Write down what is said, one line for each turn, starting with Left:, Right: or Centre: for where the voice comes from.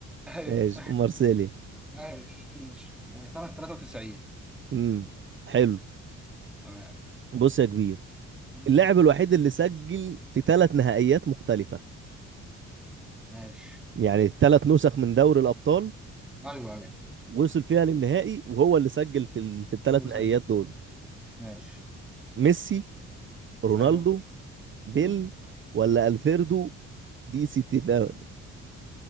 Centre: ايوه
Right: ماشي مارسيليا
Centre: عايش ماشي. سنه 93
Right: امم حلو
Centre: تمام
Right: بص يا كبير
Centre: مم.
Right: اللاعب الوحيد اللي سجل في ثلاث نهائيات مختلفة
Centre: ماشي
Right: يعني ثلاث نسخ من دوري الابطال
Centre: ايوه ايوه
Right: وصل فيها للنهائي وهو اللي سجل في ال... في الثلاث
Centre: هو
Right: نهائيات
Centre: سجل
Right: دول
Centre: ماشي
Right: ميسي رونالدو
Centre: ايوه
Right: بيل
Centre: مم.
Right: ولا الفيردو دي سيتيفان